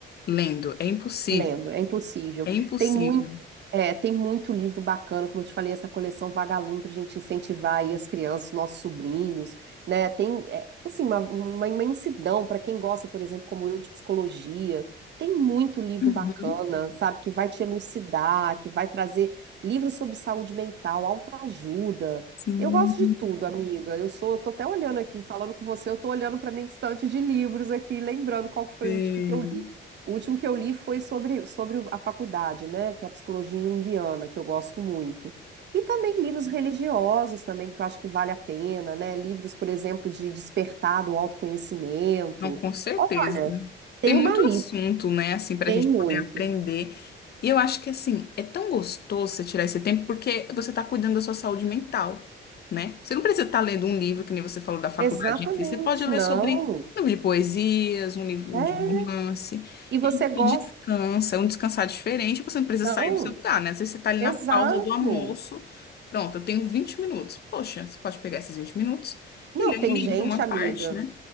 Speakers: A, on the left; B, on the right.
A: lendo. É impossível.
B: Lendo, é impossível.
A: É impossível.
B: Tem muito, é, tem muito livro bacana, como eu te falei, essa coleção Vagalume para a gente incentivar aí as crianças, nossos sobrinhos, né? Tem, é, assim, uma, uma imensidão para quem gosta, por exemplo, como eu, de psicologia. Tem muito livro
A: Uhum.
B: bacana, sabe, que vai te elucidar, que vai trazer livros sobre saúde mental, autoajuda.
A: Sim,
B: Eu gosto de tudo, amiga. Eu sou, tô até olhando aqui, falando com você, eu tô olhando para minha estante de livros aqui, lembrando qual que foi
A: sim.
B: o último que eu li. O último que eu li foi sobre, sobre a faculdade, né, que é a psicologia junguiana, que eu gosto muito. E também livros religiosos também, que eu acho que vale a pena, né, livros, por exemplo, de despertar do autoconhecimento.
A: Não, com certeza.
B: Olha, tem
A: Tem muito
B: uma lista,
A: assunto, né, assim, para
B: tem
A: a gente
B: muito.
A: poder aprender. E eu acho que, assim, é tão gostoso você tirar esse tempo porque você está cuidando da sua saúde mental, né? Você não precisa estar lendo um livro, que nem você falou da faculdade.
B: Exatamente,
A: em si. Você pode ler
B: não.
A: sobre um livro de poesias, um livro
B: É.
A: de romance.
B: E você
A: E
B: gosta?
A: você descansa, é um descansar diferente. Você não precisa
B: Não,
A: sair do seu lugar, né? Às vezes você está ali
B: exato.
A: na pausa do almoço. Pronto, eu tenho 20 minutos. Poxa, você pode pegar esses 20 minutos
B: Não,
A: e ler
B: tem
A: um livro,
B: gente,
A: uma
B: amiga,
A: parte, né?